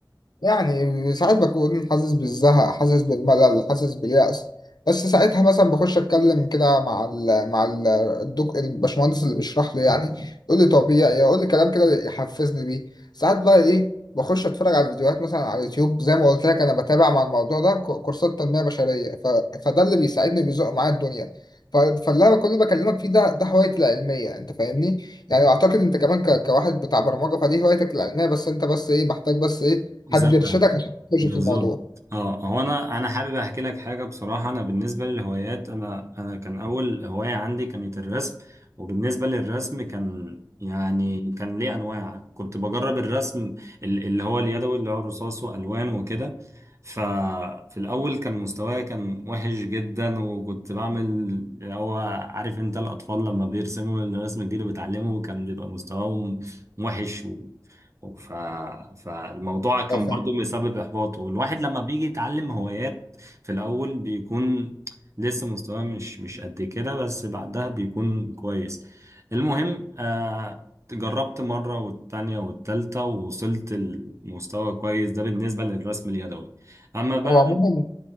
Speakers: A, on the left (about 65°); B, on the right (about 40°).
A: يعني ساعات بكون حاسس بالزهق حاسس بالملل حاسس باليأس بس ساعتها مثلا بخش اتكلم كده مع ال مع ال- الدك الباشمهندس اللي بيشرح لي يعني يقول لي طبيعي يقول لي كلام كده يحفزني بيه ساعات بقى ايه بخش اتفرج على الفيديوهات مثلا على اليوتيوب زي ما قلت لك انا بتابع مع الموضوع ده ك- كورسات تنمية بشرية ف... فده اللي بيساعدني بيزق معايا الدنيا ف... فاللي انا كل بكلمك فيه ده ده هوايتي العلمية انت فاهمني يعني اعتقد انت كمان ك... كواحد بتاع برمجة فدي هوايتك العلمية بس انت بس ايه محتاج بس ايه
B: زي
A: حد يرشدك عشان تخش
B: بالظبط
A: في الموضوع
B: اه هو انا انا حابب احكي لك حاجه بصراحه انا بالنسبه للهوايات انا انا كان اول هوايه عندي كانت الرسم وبالنسبه للرسم كان يعني كان ليه انواع كنت بجرب الرسم ال- اللي هو اليدوي اللي هو رصاص والوان وكده ففي الاول كان مستواي كان وحش جدا وكنت بعمل اللي هو عارف انت الاطفال لما بيرسموا الرسم الجديد وبيتعلموا كان بيبقى مستواهم وحش ف... فالموضوع كان
A: اه، فاهم
B: برضو مسبب إحباط والواحد لما بيجي يتعلم هوايات في الأول بيكون لسه مستواه مش مش قد كده بس بعدها بيكون كويس المهم آه جربت مرة والتانية والتالتة ووصلت لمستوى كويس ده بالنسبة للرسم اليدوي أما بقى
A: هو عموما